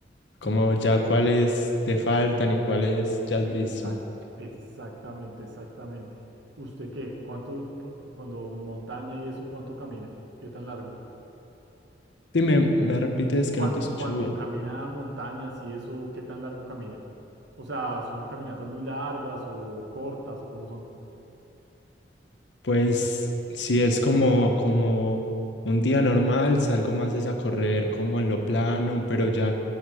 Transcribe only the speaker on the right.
Entonces,
exacto,
exactamente, exactamente. ¿Usted qué? ¿Cuánto, cuando montaña y eso, cuánto camina? ¿Qué tan largo?
Cuando,
cuando
camina montañas y eso, ¿qué tan largo camina? O sea, ¿son caminatas muy largas o cortas o cómo son?